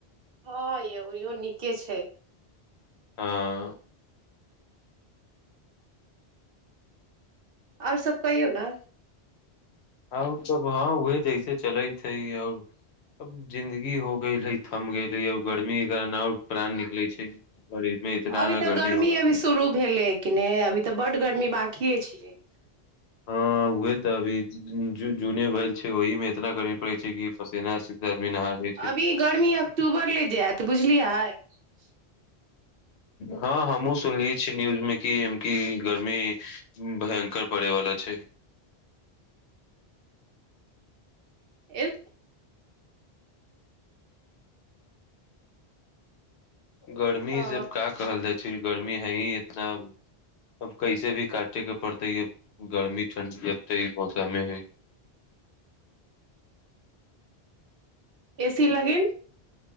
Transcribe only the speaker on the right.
हँ यौ ओहिो नीके छै
आओर सब कइ हो ने
अभी
तऽ गर्मी
अभी शुरू भेलै कि नहि अभी तऽ बड गर्मी ब खए छियै
अभी गर्मी अक्टूबर ले जायत बुझलियै खुश
एक
ओ
एसी लाग